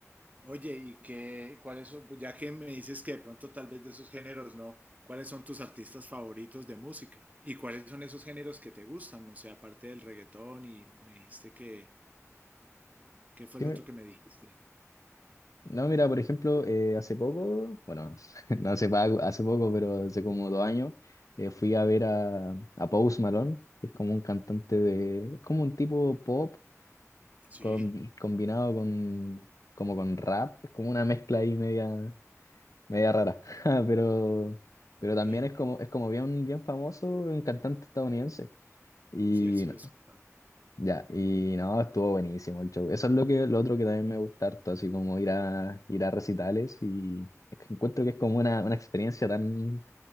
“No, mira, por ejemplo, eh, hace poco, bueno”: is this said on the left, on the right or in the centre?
Left